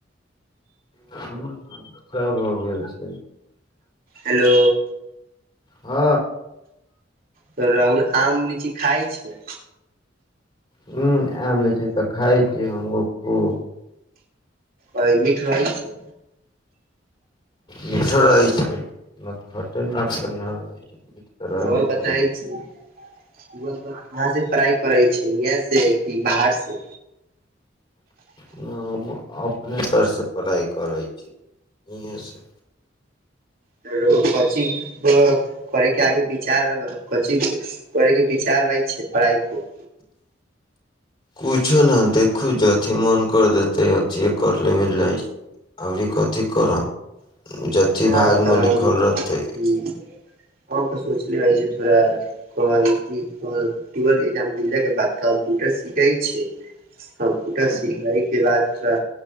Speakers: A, on the left; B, on the right.
A: ह सभ हो गेल छै।
B: हेलो।
A: हँ।
B: तोरा उ आम, लीची के खाय छीयै।
A: हुं आम, लीची छी तऽ, खाय छीयै, हमहु खूब।
B: आ मीठ रहे छै।?
A: मीठो रहै छै, न त खट्टे न न रहै छै मीठ तऽ रहबे
B: और बताय
A: करै छै
B: छी <inaudible> कहाँ से पढ़ाइ करै छीयै यैह से से की बाहर से
A: हम अपने स्तर से पढ़ाइ करै छी, इहे से
B: फेरो कची करा करै के, आगे विचार कची करैके विचार मे छीयै, पढ़ाइ के
A: कूछो नै देखू, जथि मोन कर देतै, अथिए कर लेबल, जाइ अबरी कथी करब जथी
B: ह
A: भाग
B: तऽ
A: मे
B: हम
A: लिखल रहते
B: हु, हम तऽ सोचले रहिए थोड़ा तोहर ई की हमर <unintelligible> एक्जाम देलै के बाद कंप्यूटर सिखे के छै, अ कंप्यूटर सिखले के बाद थोड़ा